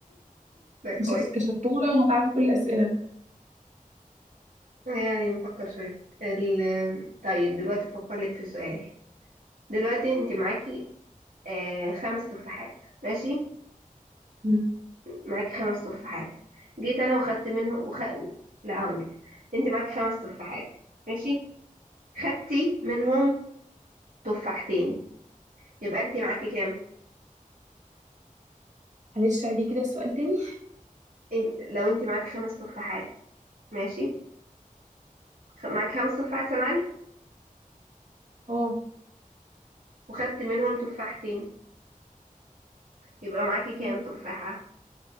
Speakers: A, on the right; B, on the right.
A: ده
B: <laughs>
A: كويس
B: شكلك شطورة وهتعرفي كل الأسئلة
A: آه، يعني بفكر شوية ال... طيب دلوقتي بفكر لك في سؤال دلوقتي انت معاكي آه خمس تفاحات ماشي
B: مم.
A: معاكي خمس تفاحات جيت انا وخدت منهم وخ... لا هقول لك انت معاكي خمس تفاحات ماشي خدتي منهم تفاحتين يبقى انت معاكي كام
B: معلش عادي كده السؤال تاني
A: انت... لو انت معاكي خمس تفاحات ماشي خ- معاك خمس تفاحات سامعني
B: اه
A: وخدت منهم تفاحتين يبقى معاكي كام
B: مم.
A: تفاحة